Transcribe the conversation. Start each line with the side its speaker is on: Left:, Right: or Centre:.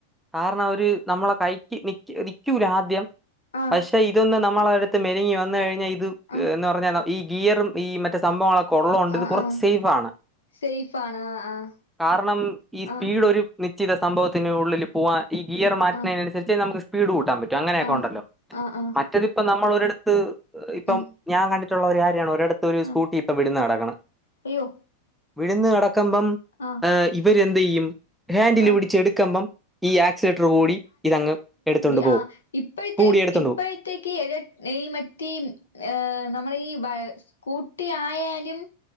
Centre: കാരണം അവര് നമ്മളെ കൈക്ക് നിക്ക് നിക്കൂല ആദ്യം
Left: ആഹ്
Centre: പക്ഷെ ഇതൊന്ന് നാ മ്മളെടുത് മെരിങ്ങി വന്നു കഴിഞ്ഞാൽ ഇത്
Left: ആഹ്
Centre: എന്ന് പറഞ്ഞാ ഈ ഗിയറും ഈ മറ്റേ സംഭവങ്ങളൊ കൊള്ളോണ്ട് ഇത്
Left: ആഹ്
Centre: കുറച്ച്
Left: ആഹ്
Centre: സേഫാണ്
Left: സേഫാണ് ആഹ്
Centre: കാരണം ഈ സ്പീഡ്
Left: ആഹ്
Centre: ഒരു നിശ്ചിത സംഭവത്തിനുള്ളിൽ പോവാൻ ഈ ഗിയർ മാറ്റണേനനുസരിച്ചേ
Left: ആഹ്
Centre: നമുക്ക് സ്പീഡ് കൂടും താൻ പറ്റും അങ്ങനെയൊക്കെ
Left: ആഹ്
Centre: ഉണ്ടല്ലോ
Left: ആഹ് ആഹ്
Centre: മറ്റതിപ്പോ നമ്മൾ ഒരിടത്ത് ഇപ്പം
Left: ഉം
Centre: ഞാൻ കണ്ടി ട്ടുള്ളൊരു കാര്യാണ് ഒരിടത്തൊരു സ്കൂട്ടി
Left: ആഹ്
Centre: ഇപ്പോ വിഴുന്നുകിടക്കണ്
Left: അയ്യോ
Centre: വിഴുന്നു കിട ക്കമ്പോ
Left: ആഹ്
Centre: ആ ഇവരെന്ത് ചെയ്യും ഹാൻഡില്
Left: ആഹ്
Centre: പിടിച്ച് എടുക്കുമ്പം ഈ ആക്സിലേറ്റർ കൂടി ഇതങ്ങ് എടുത്തോണ്ട് പോവും
Left: ആ ഇപ്പോഴത്തെ
Centre: കൂടി എടുത്തോണ്ട്
Left: ഇപ്പോഴത്തേക്ക്
Centre: പോവും
Left: ഏഴു ഈ മറ്റേ ആ നമ്മള ഈ വാ സ്കൂട്ടി ആയാലും